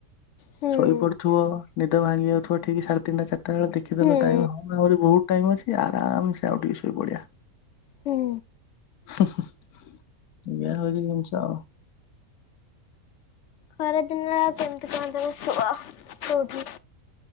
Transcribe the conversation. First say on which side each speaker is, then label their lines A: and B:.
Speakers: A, on the left; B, on the left.
A: ହୁଁ
B: ଶୋଇପଡୁଥିବ ନିଦ ଭାଙ୍ଗି ଯାଉଥିବ ଠିକ ସାଢେ ତିନିଟା ଚାରିଟା ବେଳେ ଦେଖିଦେଲାଇ
A: ହୁଁ
B: ହଁ ଆହୁରି ବହୁତ ଟାଇମ୍ ଅଛି ଆରାମ ସେ ଆଉ ଟିକେ ଶୋଇପଡିବା।
A: ହୁଁ
B: ହୁଁ ହୁଁ ଏୟା ହେଉଚି ଜିନ୍ସ ତ
A: ଖରାଦିନରେ କେମିତି କଣ ତୁମେ ଶୁଅ କୋଉଠି?